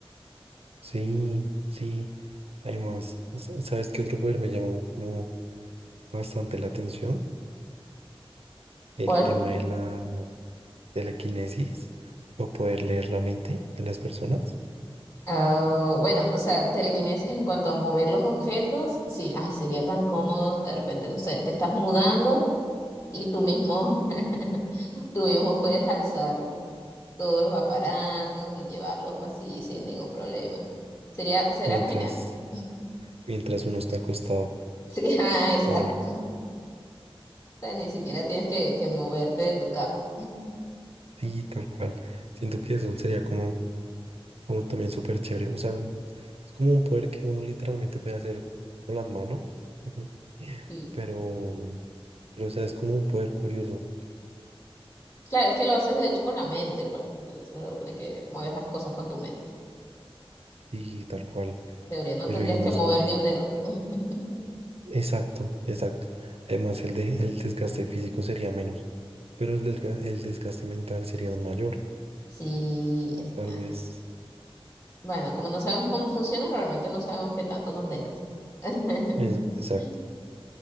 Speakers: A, on the right (about 75°); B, on the left (about 30°).
A: Sí, sí. Además, sa- ¿sabes qué otro poder me llama como bastante la atención? El
B: ¿Cuál?
A: tema de la, de la quinesis o poder leer la mente de las personas
B: Ah, bueno, o sea, telequinesis en cuanto a mover los objetos, sí, ay, sería tan cómodo, de repente, no sé, te estás mudando y tú mismo, <laughs> tú mismo puedes alzar. todos los aparatos y llevarlos así sin ningún problema. Sería, será
A: mientras,
B: genial. <laughs>
A: mientras uno está acostado
B: Sí, ah, exacto.
A: o algo.
B: O sea, ni siquiera tienes que, que moverte de tu cama. <laughs>
A: Sí, tal cual. Siento que eso sería como como también súper chévere. O sea, es como un poder que uno literalmente puede hacer con las manos. ujú,
B: Sí.
A: Pero, pero, o sea, es como un poder curioso
B: Claro, es que lo haces de hecho con la mente, pues. Se supone que mueves las cosas con tu mente.
A: y tal cual.
B: En teoría no
A: Pero
B: tendrías
A: digamos,
B: que mover ni un dedo. <laughs>
A: exacto, exacto. Además, el de, el desgaste físico sería menos, pero el, delga- el desgaste mental sería aún mayor.
B: Sí, exacto.
A: Tal vez,
B: Bueno, como no sabemos cómo funciona, realmente no sabemos qué tanto nos desgaste. <laughs>
A: es, exacto.